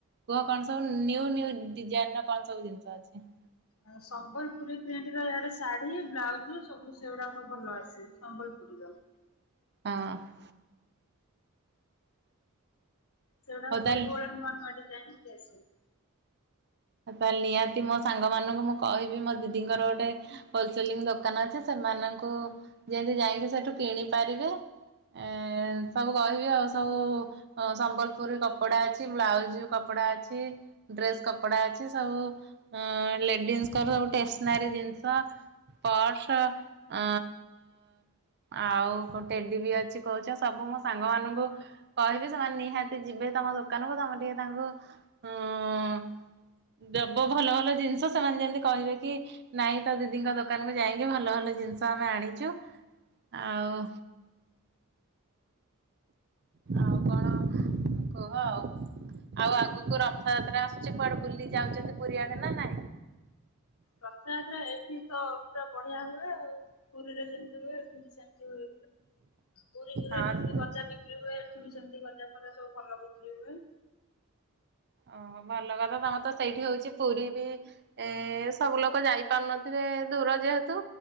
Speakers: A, on the right; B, on the left.
A: କୁହ କଣ ସବୁ ନ୍ୟୁ ନ୍ୟୁ ଡିଜାଇନ ର କଣ ସବୁ ଜିନିଷ ଅଛି?
B: ଆଉ ସମ୍ବଲପୁରୀ ପ୍ରିଣ୍ଟ ର ଇଆଡେ ଶାଢୀ, ବ୍ଲାଉଜ ସବୁ ସେଗୁଡାକ ଭଲ ଆସେ ସମ୍ବଲ <unintelligible>
A: ହଁ।
B: ସେଗୁଡାକ
A: ହଉ
B: ସବୁବେଳେ
A: ତାହେଲେ
B: ନୂଆ ନୂଆ ଡିଜାଇନ ହେଇକି ଆସେ।
A: ତାହେଲେ ନିହାତି ମୋ ସାଙ୍ଗ ମାନଙ୍କୁ ମୁଁ କହିବି ମୋ ଦିଦିଙ୍କର ଗୋଟେ ହୋଲସେଲିଂ ଦୋକାନ ଅଛି ସେମାନଙ୍କୁ ଯେମତି ଯାଇକି ସେଠୁ କିଣି ପାରିବେ। ଏଣ୍ଡ ସବୁ କହିବି ଆଉ ସବୁ ହଁ ସମ୍ବଲପୁରୀ କପଡା ଅଛି ବ୍ଲାଉଜ କପଡା ଅଛି ଡ୍ରେସ୍ କପ କପଡା ଅଛି ସବୁ ଉଁ ଲେଡିସଙ୍କର ଗୋଟେ ଟେସନାରୀ ଜିନିଷ। ପଅର୍ଶ ଆ ଆଉ ଟେଡି ବି ଅଛି କହୁଛ ସବୁ ମୋ ସାଙ୍ଗ ମାନଙ୍କୁ କହିବି ସେମାନେ ନିହାତି ଯିବେ ତମ ଦୋକାନକୁ ତମେ ଟିକେ ତାଙ୍କୁ ଉଁ ଦବ ଭଲ ଭଲ ଜିନିଷ ସେମାନେ ଯେମିତି କହିବେ କି ନାଇଁ ତ ଦିଦିଙ୍କ ଦୋକାନକୁୁ ଯାଇକି ଭଲ ଭଲ ଜିନିଷ ଆମେ ଆଣିଛୁ ଆଉ ଆଉ କଣ କୁହ ଆଉ ଆଉ ଆଗକୁ ରଥଯାତ୍ରା ଆସୁଛି କୁଆଡେ ବୁଲି ଯାଉଛନ୍ତି ପୁରୀଆଡେ ନା ନାଇଁ?
B: ରଥଯାତ୍ରା ଏଇଠି ତ ପୁରା ବଢିଆ ହୁଏ ଆଉ ପୁରୀରେ ଯେମିତି ହୁଏ ଏଠି ବି ସେମିତି ହୁଏ। ପୁରୀ ପୁରୀରେ
A: ହଁ।
B: ଯେମିତି ଗଜା ବିକ୍ରି ହୁଏ ଏଠି ବି ସେମିତି ଗଜା ଫଜା ସବୁ ଭଲ ବିକ୍ରି ହୁଏ।
A: ଓହୋ ଭଲ କଥା ତମର ତ ସେଇଠି ହଉଛି ପୁରୀ ବି ଏ ସବୁ ଲୋକ ଯାଇପାରୁନଥିବେ ଦୂର ଯେହେତୁ।